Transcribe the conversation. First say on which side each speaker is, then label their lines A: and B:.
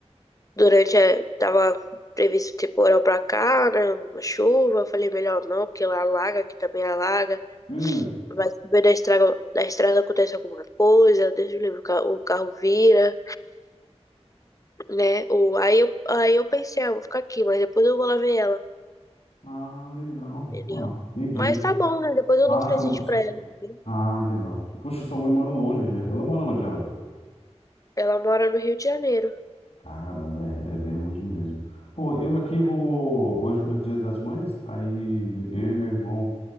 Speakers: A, on the left; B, on the left.
A: durante a... tava previsto temporal pra cá, né? Uma chuva, eu falei melhor não, porque lá alaga, que também alaga.
B: hum.
A: vai saber da estrada, da estrada acontece alguma coisa, Deus me livre, o ca- o carro vira, né? Ou, aí, eu, aí eu pensei, ah, vou ficar aqui, mas depois eu vou lá ver ela,
B: Ah, legal.
A: entendeu?
B: Ah, entendi.
A: Mas tá bom, né? Depois eu
B: Ah,
A: dou um presente
B: sua, mãe-
A: pra ela. entendeu?
B: ah, legal. Poxa, sua mãe mora longe, né? Ela mora onde, ela?
A: Ela mora no Rio de Janeiro.
B: Caramba, é, é bem longe mesmo. Pô, eu aqui vou. Hoje é o Dia das Mães, aí eu e meu irmão